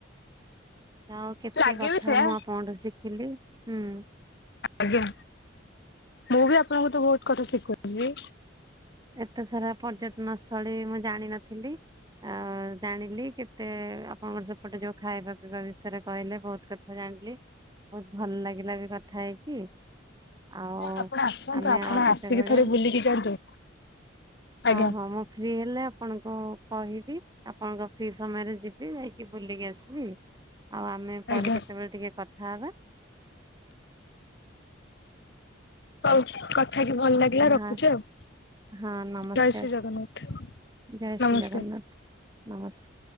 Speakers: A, on the right; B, on the left.
A: ଆଉ କେତେ
B: ଲାଗେ
A: କଥା
B: ବି ସେୟା
A: ମୁଁ ଆପଣଠୁ ଶିଖିଲି ହୁଁ।
B: ଆଜ୍ଞା ମୁଁ ବି ଆପଣଙ୍କୁ ତ ବହୁତ କଥା ଶିଖୁଚି।
A: ଏତେ ସାରା ପର୍ଯ୍ୟଟନ ସ୍ଥଳୀ ମୁଁ ଜାଣିନଥିଲି ଆଉ ଜାଣିଲି କେତେ ଆପଣଙ୍କର ସେପଟେ ଯୋଉ ଖାଇବା ପିଇବା ବିଷୟରେ କହିଲେ ବହୁତ କ କଥା ଜାଣିଲି ବହୁତ ଭଲ ଲାଗିଲା ବି କଥ ଥା ହେଇକି ଆଉ
B: ଆପଣ ଆସନ୍ତୁ
A: ଆମେ
B: ଆପଣ
A: ଆଉ କେତେବେଳେ
B: ଆସିକି ଥରେ ବୁଲିକି ଯାଆନ୍ତୁ।
A: ହଁ
B: ଆଜ୍ଞା
A: ହଁ ମୁଁ ଫ୍ରି ହେଲେ ଆପଣଙ୍କୁ କହିବି। ଆପଣଙ୍କ ଫି ସମୟରେ ଯିବି ଯାଇକି ବୁଲିକି ଆସିବି। ଆଉ ଆମେ ପରେ
B: ଆଜ୍ଞା।
A: କେତେବେଳେ ଟିକେ କଥାହବା।
B: ହଉ କଥା ହେଇକି ଭଲ ଲାଗିଲା
A: ହଁ
B: ରଖୁଛି ଆଉ।
A: ହଁ ନମସ୍କାର,
B: ଜୟ ଶ୍ରୀ ଜଗନ୍ନାଥ
A: ଜୟ
B: ନମସ୍କାର।
A: ଶ୍ରୀ ଜଗନ୍ନାଥ ନମସ୍କାର।